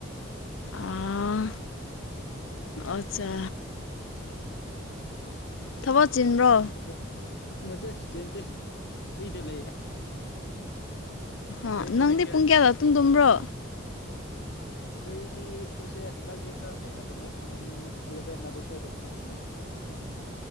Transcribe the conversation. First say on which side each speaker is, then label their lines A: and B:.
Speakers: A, on the left; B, on the left.
A: ꯑꯥ ꯑꯠꯆꯥ ꯊꯕꯛ ꯆꯤꯟꯕ꯭ꯔꯣ
B: ꯀꯔꯤꯗ ꯅꯠꯇꯦ ꯆꯦꯟꯇꯦ ꯐ꯭ꯔꯤꯗ ꯂꯩꯌꯦ
A: ꯑ
B: ꯀꯔꯤ ꯇꯧꯔꯤꯒꯦ
A: ꯅꯪꯗꯤ ꯄꯨꯡ ꯀꯌꯥꯗꯣ ꯑꯥꯇꯨꯝ ꯇꯨꯝꯕ꯭ꯔꯣ
B: ꯑꯩꯈꯣꯏꯗꯤ ꯑꯩꯈꯣꯏꯁꯦ ꯍꯟꯗꯛꯇꯤ ꯈꯔ ꯊꯦꯡꯅ ꯇꯨꯝꯃꯦ ꯄꯨꯡ ꯑꯦꯂꯕꯦꯟ ꯑꯗꯨ ꯁꯣꯏꯗꯒꯨꯝꯕ ꯇꯨꯝꯃꯦ